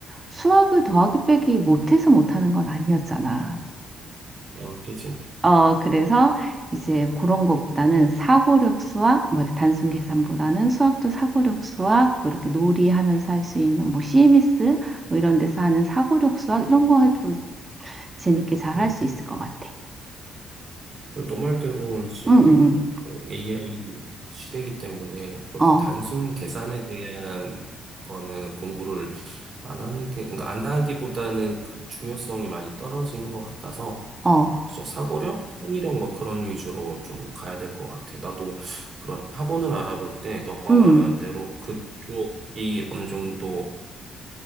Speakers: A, on the right; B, on the right.
A: 수학을 더하기 빼기 못해서 못하는 건 아니었잖아.
B: 어, 그치.
A: 어, 그래서 이제 그런 것보다는 사고력 수학, 뭐 이렇게 단순 계산보다는 수학도 사고력 수학, 뭐 이렇게 놀이하면서 할 수 있는 뭐 CMS 뭐 이런 데서 하는 사고력 수학 이런 거 해도 재밌게 잘
B: 음.
A: 할 수 있을 것 같아.
B: 그리고 너 말대로 이제
A: 응, 응,
B: 뭐 AI 시대이기 때문에 그렇게
A: 응. 어,
B: 단순 계산에 대한 거는 공부를 안 하는 게, 그러니까 안 하기보다는 그 중요성이 많이 떨어지는 것 같아서
A: 어,
B: 진짜 사고력, 창의력 뭐 그런 위주로 좀 가야 될 것 같아. 나도 그런 학원을 알아볼 때 너가
A: 음,
B: 말한 대로 그쪽이 어느 정도